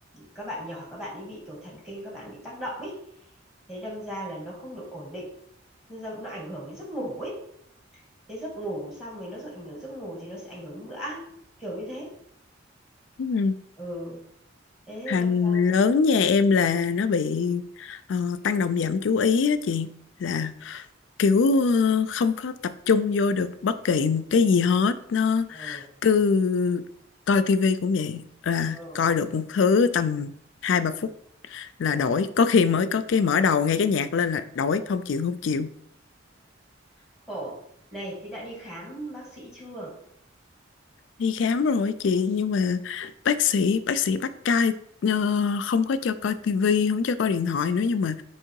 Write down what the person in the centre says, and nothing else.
các bạn nhỏ các bạn ấy bị kiểu thần kinh các bạn bị tác động ý thế đâm ra là nó không được ổn định nên ra nó ảnh hưởng đến giấc ngủ ấy thế giấc ngủ xong rồi nó sẽ ảnh hưởng giấc ngủ thì nó sẽ ảnh hưởng đến bữa ăn kiểu như thế
ừ thế
đâm ra
là
ừ,
ừ
khổ này thế đã đi khám bác sĩ chưa